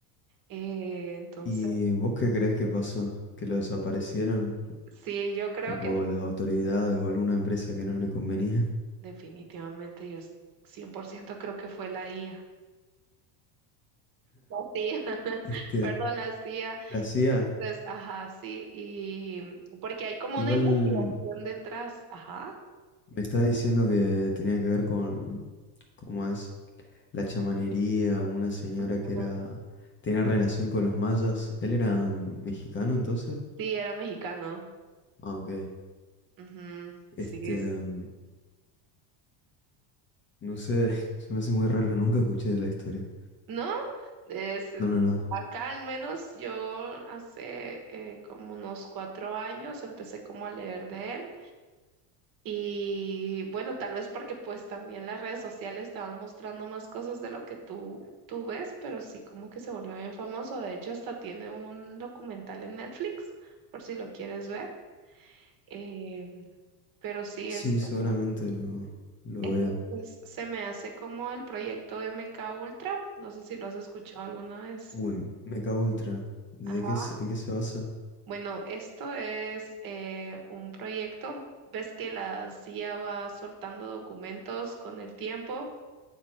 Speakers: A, on the right (about 40°); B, on the left (about 25°).
A: Eh, entonces,
B: ¿Y vos qué crees que pasó? ¿Que lo desaparecieron?
A: sí, yo creo
B: Tipo
A: que
B: las autoridades o alguna empresa que no le convenía. <laughs>
A: definitivamente yo es- 100% creo que fue la IA. La CIA, <laughs>
B: Este,
A: perdón, la CIA.
B: la CIA,
A: Entonces, ajá, sí. Y porque hay como
B: igual
A: una investigación detrás, ajá.
B: me está diciendo que tenía que ver con, ¿cómo es? La chamanería, una señora
A: Ujú.
B: que era, tenía relación con los mayas. ¿Él era mm, mexicano entonces?
A: Sí, era mexicano.
B: Ah, ok.
A: Ujú,
B: Este,
A: Sí, es-
B: mm, no sé, <laughs> se me hace muy raro, nunca escuché de la historia.
A: ¿no? Es, eh,
B: No, no, no.
A: acá al menos yo hace eh, como unos cuatro años empecé como a leer de él y bueno, tal vez porque pues también las redes sociales te van mostrando más cosas de lo que tú, tú ves, pero sí como que se volvió bien famoso, de hecho hasta tiene un documental en Netflix por si lo quieres ver, eh, pero sí
B: Sí,
A: es como...
B: seguramente lo, lo
A: Entonces
B: vea.
A: se me hace como el proyecto MK Ultra. No sé si lo has escuchado alguna vez.
B: Uy, Mecha Ultra. ¿De
A: Ajá.
B: qué se- en qué se basa?
A: Bueno, esto es eh, un proyecto. Ves que la CIA va soltando documentos con el tiempo.